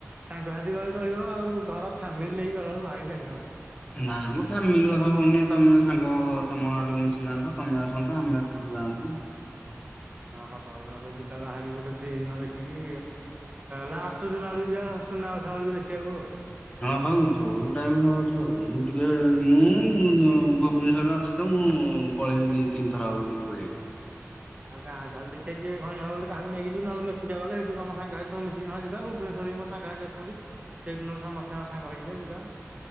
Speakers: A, on the right (about 30°); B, on the left (about 20°).
A: ସାଙ୍ଗସାଥି ଗଲେ ଚଳିବ ଆଉ ଘର ଫ୍ୟାମିଲି ନେଇକି ଗଲାବେଳକୁ ଭାରି ଟେନସନ।
B: ନାଇଁ ମୁଁ ଫ୍ୟାମିଲି କଥା କହୁନି ତମେ ସାଙ୍ଗ ତମ ଆଡୁ ମିଶି ଯାଆନ୍ତ ତମେ ଆସନ୍ତ ଆମେ ଏପଟୁ ଯାଆନ୍ତୁ।
A: ହଁ ହବ ବୋଲେ ନହେଲେ ଯିବା ବାହାରିକି ଗୋଟେ ଫ୍ରୀ ଦିନ ଦେଖିକି ଲାଷ୍ଟ ଦିନ ଆଡକୁ ଯିବା ସୁନା ବେଶ ବେଳକୁ ଦେଖିବାକୁ ଆଉ
B: ହଁ ହଉ ଯୋଉ ଟାଇମ ହଉଛି ହଉ ମୁଁ ଟିକେ ମୁଁ ଭୁବନେଶ୍ଵରରେ ଅଛି ତ ମୁଁ ପଳେଇ ଦି ତିନିଥର ବୁଲିକି ପଳେଇଆଇବି।
A: ଆଉ ଗାଁ ତାହାଲେ ଦେଖିବା କିିଏ ହବ ବୋଲି କାହାକୁ ନେଇକି ଯିବି ନହଲେ ମୁଁ ଏକୁଟିଆ ଗଲେ ତମ ସାଙ୍ଗ ସାଥୀ ମିଶିକି ନହେଲେ ଯିବା ଭୁବନେଶ୍ୱରରେ ମୋର ସାଙ୍ଗସାଥୀ ଅଛନ୍ତି ସେଇଠୁ ନହେଲେ ସମସ୍ତେ ସାଙ୍ଗ ହେଇଯାଇ ଯିବା